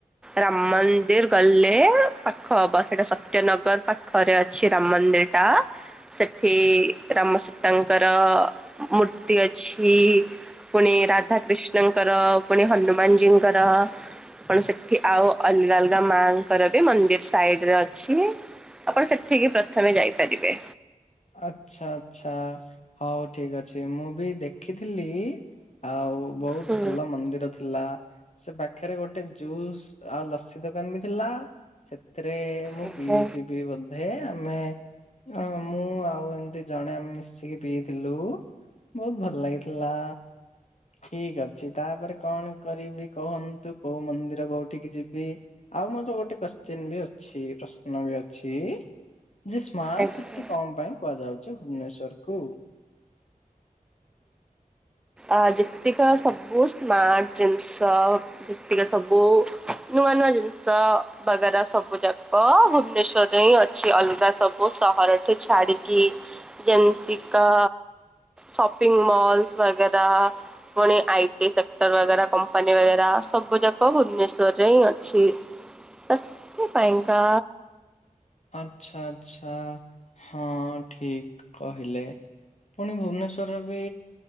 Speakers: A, in the centre; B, on the left.
A: ରାମ ମନ୍ଦିର ଗଲେ ପାଖ ହବ ସେଇଟା ସତ୍ୟନଗର ପାଖ ଖରେ ଅଛି ରାମ ମନ୍ଦିର ଟା। ସେଠି ରାମସୀତାଙ୍କର ମୂର୍ତ୍ତି ଅଛି। ପୁଣି ରାଧାକୃଷ୍ଣଙ୍କର ପୁଣି ହନୁମାନଜୀଙ୍କର ଆପଣ ସେଠି ଆଉ ଅଲଗା ଅଲଗା ମାଙ୍କର ବି ମନ୍ଦିର ସାଇଡ ରେ ଅଛି। ଆପଣ ସେଠିକି ପ୍ରଥମେ ଯାଇପାରିବେ।
B: ଆଚ୍ଛା ଆଚ୍ଛା ହଉ ଠିକ ଅଛି ମୁଁ ବି ଦେଖିଥିଲି ଆଉ ବହୁତ
A: ହୁଁ
B: ଭଲ ମନ୍ଦିର ଥି ଲା ସେ ପାଖରେ ଗୋଟେ ଜୁସ୍ ଆଉ ଲସି ଦୋକାନ ବି ଥିଲା। ସେଥିରେ ମୁଁ
A: ଆଜ୍ଞା
B: ପିଇଚିବି ବୋଧେ ଆମେ ଅଁ ମୁଁ ଆଉ ଏମିତି ଜଣେ ମିଶିକି ପିଇଥିଲୁ ବହୁତ ଭଲ ଲାଗିଥିଲା। ଠିକ ଅଛି ତାପରେ କଣ କରିବି କହନ୍ତୁ କୋଉ ମନ୍ଦିର କୋଉଠିକି ଯିବି? ଆଉ ମଧ୍ୟ ଗୋଟେ କୋଶ୍ଚିନ୍ ବି ଅଛି ପ୍ରଶ୍ନ ବି ଅଛି ଜିଶି ସ୍ମାର୍ଟ
A: ଆଜ୍ଞା।
B: ସିଟି କଣ ପାଇଁ କୁହାଯାଉଚି ଭୁବନେଶ୍ଵର କୁ?
A: ଆ ଯେତିକ ସବୁ ସ୍ମାର୍ଟ ଜିନିଷ ସେତିକ ସବୁ ନୂଆ ନୂଆ ଜିନିଷ ବଗେରା ସବୁ ଯାକ ଭୁବନେଶ୍ଵରରେ ହିଁ ଅଛି ଅଲଗା ସ ଓ ସହରଠୁ ଛାଡିକି ଜେମିତିିକା ଶପିଂ ମହଲସ୍ ବାଗେରା ପୁଣି ଆଇଟି ସେକ୍ଟରର ବାଗେରା କମ୍ପାନୀ ବାଗେରା ସବୁ ଯାକ ଭୁବନେଶ୍ଵରରେ ହିଁ ଅଛି। ସେଥିପାଇଁ କା
B: ଆଚ୍ଛା ଆଚ୍ଛା ହଁ ଠିକ୍ କହିଲେ। ପୁଣି ଭୁବନେଶ୍ୱରରେ ବି